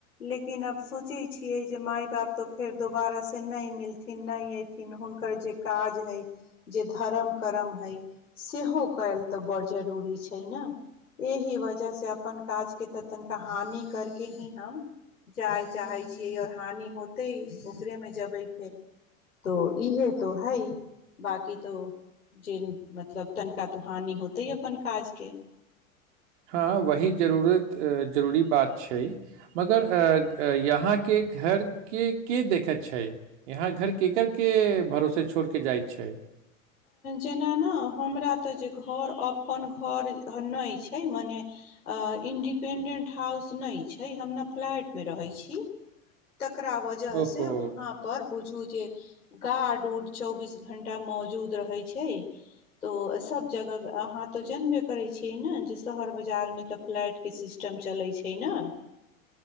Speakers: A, on the left; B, on the right.
A: लेकिन अब सोचे छियै जे माय बाप तऽ फेर दोबारा से नहि मिलथिन नहि अयथिन हुनकर जे काज हइ जे धर्म करम हइ सेहो कयल तऽ बड़ जरूरी छै ने एहि वजह से अपन काज के तऽ तनिका हानि करके ही हम जाय चाहै छियै आओर हानि होतै ओकरेमे जेबै फेर त इहे तो हैइ बाकी तो ज मतलब तनिका तऽ हानि होते है अपन काज के
B: हँ वह जरूरत जरूरी बात छै मगर यहाँके घर के के देखैत छै यहाँ घर केकर के भरोसे छोड़ि कऽ जाइत छै
A: जेना न हमरा तऽ जे घर अपन घर नइ छै मने इंडिपेन्डेन्ट हाउस नहि छै हम ने फ्लैटमे रहैत छी तकरा वजह
B: ओहो
A: से वहाँ पर बुझू जे गार्ड उड चौबीस घंटा मौजूद रहै छै तो सब जगह अहाँ तऽ जनबे करै छियै ने शहर बजारमे तऽ फ्लैटके सिस्टम चलै छै न